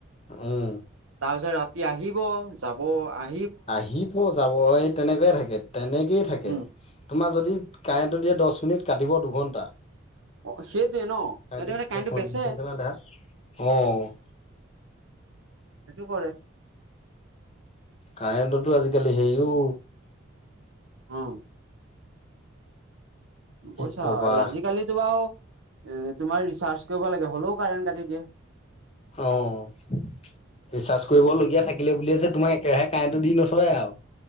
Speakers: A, on the left; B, on the right.
A: উম।
B: তাৰপিছত ৰাতি আহিব, যাব, আহ
A: আহিব যাব এই তেনেকোৱাই থাকে, তেনেকেই থাকে।
B: উম।
A: তোমাৰ যদি কাৰেণ্টটো দিয়ে দহ মিনিট, কাটিব দুঘণ্টা।
B: অ সেইটোৱে ন।
A: কাৰেণ্টটো
B: সিহঁতে মানে বেচে
A: <unintelligible> অঁ
B: সেইটো কৰে।
A: কাৰেণ্টতো আজিকালি হেইও।
B: অ।
A: কি
B: কৈছা,
A: কবা
B: আজিকালিতো বাও এ তোমাৰ ৰিচাৰ্জ কৰিব লাগে, হ'লেও কাৰেণ্ট কাটি দিয়ে।
A: অ ৰিচাৰ্জ কৰিবলগীয়া
B: অ
A: থাকিলে বুলিয়ে যে তোমাক একেৰাহে কাৰেণ্টটো দি নথয় আও।